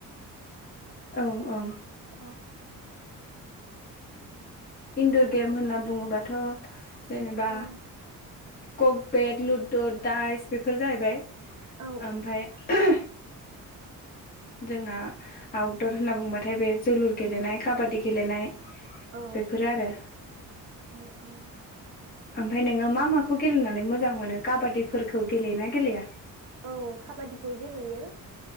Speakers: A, on the left (about 25°); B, on the right (about 55°).
A: औ औ।
B: औ
A: इन्दुर गेम होनना बुंङोबाथ'। जेनेबा
B: औ
A: कक बेड लु द दाइस बेफोर जाहैबाय ।
B: औ
A: ओमफाय । जोंना। आउटदर
B: औ
A: होनना बुंबाथाय बे जोलुर गेलेनाय काबादि गेलेनाय।
B: औ
A: बेफोरो आरो
B: औ औ।
A: ओमफाय नोंङो मा माखौ गेलेनानै मोजां मोनो काबादिफोरखौ गेलेयोना गेलेया?
B: औ खाबादिखौ गेलेयो